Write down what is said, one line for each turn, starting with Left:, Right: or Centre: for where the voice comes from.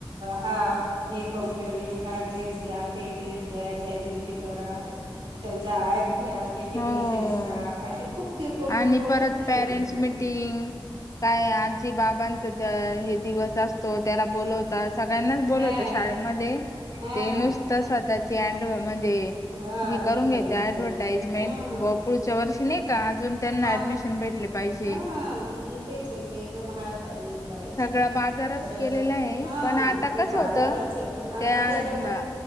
Right: हा हे फंक्शन आहे हा ड्रेस घ्या ते ड्रेस. या गॅदिंचे बरा त्यांचा घ्या त्याचे
Left: हो
Right: पैसे भरा असे खूप किरकोळ
Left: आणि
Right: किरकोळ
Left: परत
Right: खूप निघून
Left: पॅरेंट्स
Right: जात.
Left: मिटिंग काय आजी बाबांच हे दिवस असतो त्याला बोलवतात. सगळ्यांनाच बोलवतो
Right: हां
Left: शाळेमध्ये
Right: हां
Left: ते नुसतं स्वतःची ऍड म्हणजे
Right: हां
Left: हे करून
Right: करण्यासाठी
Left: घे ऍडव्हटाईज ेपुरच्या
Right: हां
Left: वर्षी नाही का अजून त्यांना
Right: मग
Left: ऍडमिशन भेटले पाहिजे.
Right: हां मग तेच आहे ना, ते एकदम हाय पाई. करायचं
Left: सगळा बाजारच केलेला आहे
Right: हा
Left: पण आता
Right: ते
Left: कसं
Right: बाजारच
Left: होतं
Right: आहे पण आता
Left: त्या
Right: त्याच्याबरोबर